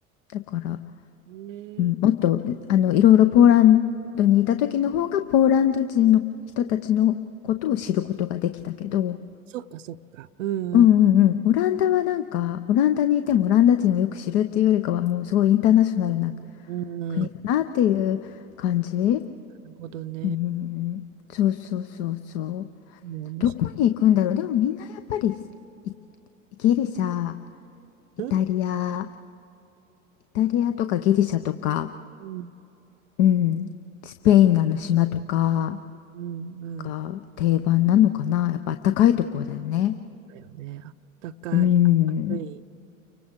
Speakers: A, on the left (about 55°); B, on the right (about 65°).
A: だから、
B: うん。ねえ、
A: うん、もっとあのいろいろポーランドにいた時の方がポーランド人の人たちのことを知ることができたけど、
B: そっかそっか。うんうん
A: うんうんうん、オランダはなんかオランダにいてもオランダ人をよく知るっていうよりかはもうすごいインターナショナルな
B: うんうん。
A: 国だなっていう感じ。
B: なるほどね。
A: うん、そうそうそうそう。
B: もう面白
A: どこに行くんだろう。でもみんなやっぱりいギリシャ、イタリア、
B: い。うん
A: イタリアとかギリシャとか、
B: うん
A: うん、スペインのあの島とか。
B: うんうん。
A: が定番なのかな。やっぱあったかいところだよね。
B: だよね。あったかい、
A: うん、
B: 明るい。